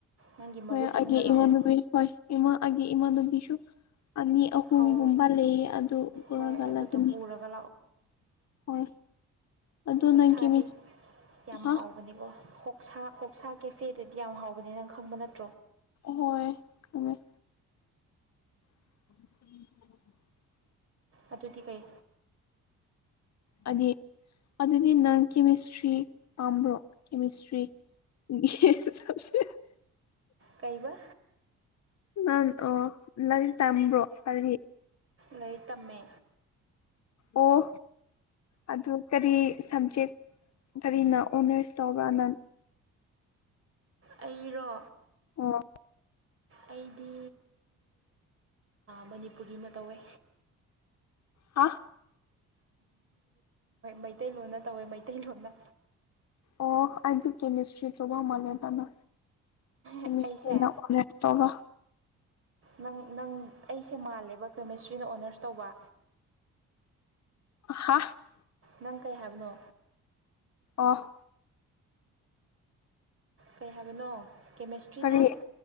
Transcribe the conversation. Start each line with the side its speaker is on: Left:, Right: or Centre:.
Right: ꯅꯪꯒꯤ
Left: ꯍꯣꯏ
Right: ꯃꯔꯨꯞꯁꯤꯡꯒ
Left: ꯑꯒꯦ
Right: ꯂꯥꯛꯑꯣ
Left: ꯏꯃꯥꯕꯤ ꯍꯣꯏ ꯏꯃꯥ ꯑꯒꯦ ꯏꯃꯥꯅꯕꯤꯁꯨ ꯑꯅꯤ ꯑꯍꯨꯝꯒꯨꯝꯕ
Right: ꯍꯧ
Left: ꯂꯩꯌꯦ ꯑꯗꯨ ꯄꯨꯔꯒꯠꯂꯒꯅꯤ
Right: ꯍꯣꯏ ꯑꯗꯨꯗꯣ ꯄꯨꯔꯒ
Left: ꯍꯣꯏ ꯑꯗꯨ
Right: ꯍꯣꯛꯁꯥꯗꯤ
Left: ꯅꯪ ꯀꯦꯃꯤꯁ
Right: ꯌꯥꯝ
Left: ꯍꯥ
Right: ꯍꯥꯎꯕꯅꯤꯀꯣꯁ ꯍꯁ ꯀꯦꯐꯦꯗꯗꯤ ꯌꯥꯝ ꯍꯥꯎꯕꯅꯤ ꯅꯪ ꯈꯪꯕ ꯅꯠꯇꯦ
Left: ꯍꯣꯏ ꯑꯗꯨ ꯎꯝꯝ
Right: ꯑꯗꯨ ꯑꯗꯨꯗꯤꯤ ꯀꯩ
Left: ꯑꯅꯤ ꯑꯗꯨꯗꯤ ꯅꯪ ꯀꯦꯃꯤꯁꯇ꯭ꯔꯤ ꯄꯥꯝꯕ꯭ꯔꯣ ꯀꯦꯃꯤꯁꯇ꯭ꯔꯤ ꯆꯁꯦ
Right: ꯀꯥꯏꯕ
Left: ꯅꯥꯟ ꯑ ꯂꯔꯤ ꯇꯝꯕ꯭ꯔꯣ ꯂꯔꯤꯔꯤ
Right: ꯂꯩꯥꯏꯔꯤ ꯇꯝꯃꯦ
Left: ꯑꯣ ꯑꯗꯨ ꯀꯔꯤ ꯁꯕꯖꯦꯛ ꯀꯔꯤꯅ ꯑꯣꯅꯔꯁ ꯇꯧꯕꯅ
Right: ꯑꯩꯔꯣ
Left: ꯑꯣ
Right: ꯑꯩꯗꯤ ꯃꯅꯤꯄꯨꯔꯤꯅ ꯇꯧꯋꯦ
Left: ꯑ
Right: ꯃꯩꯇꯩꯂꯣꯟꯅ ꯇꯧꯋꯦ ꯃꯩꯇꯩꯂꯣꯟꯅ
Left: ꯑꯣ ꯑꯩꯗꯤ ꯀꯦꯃꯤꯁꯇ꯭ꯔꯤ ꯆꯒ ꯃꯥꯅꯦ ꯇꯅ
Right: ꯑꯩꯁꯦ
Left: ꯃꯤꯅ ꯑꯣꯅꯁ ꯇꯧꯕ
Right: ꯅꯪ ꯅꯪ ꯑꯩꯁꯦ ꯃꯥꯜꯂꯦꯕ ꯀꯦꯃꯤꯁꯇ꯭ꯔꯤꯅ ꯑꯣꯅꯔꯁ ꯇꯧꯕ
Left: ꯍ <unintelligible> <inaudible>
Right: ꯅꯪ ꯀꯩ ꯍꯥꯏꯕꯅꯣ
Left: ꯑꯣꯐ
Right: ꯀꯩ ꯍꯥꯏꯕꯅꯣ ꯀꯦꯃꯦꯁꯇ꯭ꯔꯤꯅ
Left: ꯀꯔꯤ